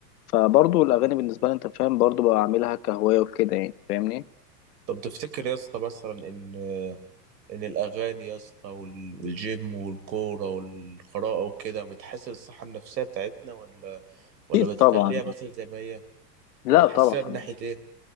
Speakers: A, on the left; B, on the right.
A: فبرضو الاغاني بالنسبه لي انت فاهم برضو بعملها كهوايه وكده يعني فاهمني
B: طب تفتكر يا اسطى مثلا ان ان الاغاني يا اسطى وال- والجيم والكوره والقراءه وكده بتحسن الصحه النفسيه بتاعتنا ولا ولا
A: اكيد
B: بتخليها
A: طبعا
B: مثلا زي ما هي
A: لا
B: طب بتحسنها
A: طبعا
B: من ناحيه ايه